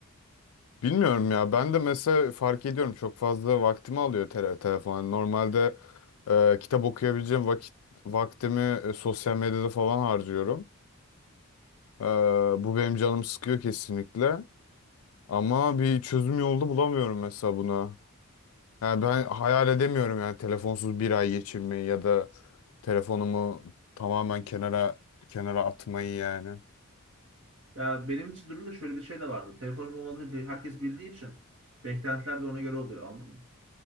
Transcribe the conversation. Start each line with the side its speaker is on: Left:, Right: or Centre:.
Left: Bilmiyorum ya. Ben de mesela fark ediyorum. Çok fazla vaktimi alıyor tele telefon. Yani Normalde e, kitap okuyabileceğim vakit vaktimi e, sosyal medyada falan harcıyorum. Ee, bu benim canım sıkıyor kesinlikle. Ama bir çözüm yolda bulamıyorum mesela buna. Yani ben hayal edemiyorum yani telefonsuz bir ay geçirmeyi ya da telefonumu tamamen kenara kenara atmayı yani.
Right: Ya benim için durumda şöyle bir şey de vardı. Telefonum olmadığını bi- herkes bildiği için beklentiler de ona göre oluyor anladın mı?